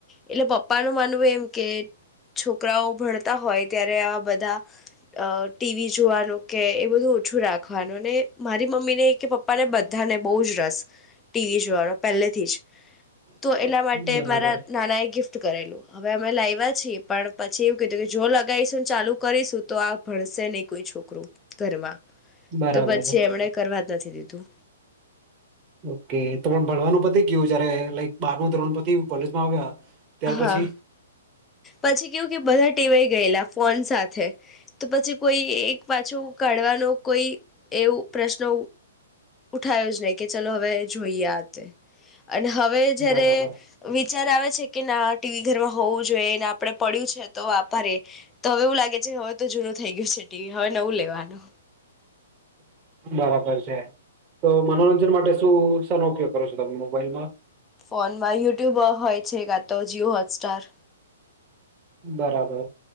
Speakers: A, on the left (about 15°); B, on the right (about 30°).
A: એટલે પપ્પાનું માનવું એમ કે છોકરાઓ ભણતા હોય ત્યારે આવા બધા અહ ટી વી જોવાનું કે એ બધું ઓછું રાખવાનું અને મારી મમ્મી ને કે પપ્પા ને બધાને બહુ જ રસ, ટી વી જોવાનો પહેલેથી જ, તો એના માટે
B: બરાબર
A: મારા નાના એ ગિફ્ટ ટ કરેલું હવે અમે લાવ્યા છીએ પણ પછી એવું કીધું કે જો લગાઈશુંને ચાલુ કરીશું તો આ ભણશે નહી. કોઈ છોકરું ઘરમાં,
B: બરાબર
A: તો પછી એમને કરવા નથી દીધું.
B: ઓકે. તો પણ ભણવાનું પતિ ગયું જયારે લાઈક બાર મું ધોરણ પત્યું કોલેજમાં આવ્યા ત્યાર
A: હા
B: પછી
A: પછી કેવું કે બધા ટેવાઈ ગયેલા ફોન સાથે, તો પછી કોઈ એક પાછું કાઢવાનો કોઈ એવું પ્રશ્ન ઉઠાયો જ નહી કે ચલો હવે જોઈએ આ તે અને હવે જ્યારે
B: બરાબર
A: વિચાર આવે છે કે ના ટી વી ઘરમાં હોઉ જ જોઈએને, આપડે પડ્યું છે તો વાપરીએ, તો હવે એવું લાગે છે હવે તો જૂનું થઈ ગયું છે ટી વી હવે નવું લેવાનું.
B: બરાબર છે. તો મનોરંજન માટે શું શેનો ઉપયોગ કરો છો તમે મોબાઈલમાં?
A: ફોનમાં યુટ્યુબ હોય છે, કા તો જીઓ હોટસ્ટાર.
B: બરાબર.